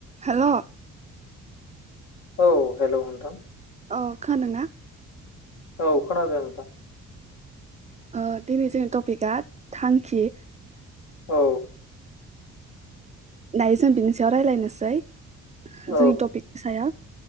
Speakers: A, on the right; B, on the left.
A: हेल'
B: औ हेल' नोंथां।
A: अ खानादों ना?
B: औ खोनादों नोंथां।
A: ओ दिनै जोंनि टपिकआ थांखि।
B: औ
A: दायो जों बिनि सायाव रायज्लायनोसै
B: औ
A: जोंनि टपिकनि सायाव